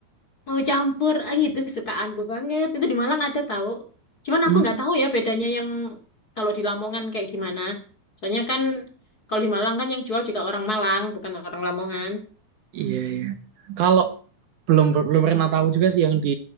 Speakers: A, on the left; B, on the right.
A: Tahu campur, ah itu sukaanku banget. Itu di Malang ada tahu. Cuman
B: Hmm.
A: aku nggak tahu ya bedanya yang kalau di Lamongan kayak gimana. Soalnya kan kalau di Malang kan yang jual juga orang Malang, bukan orang Lamongan.
B: Iya iya. Kalau belum belum pernah tahu juga sih yang di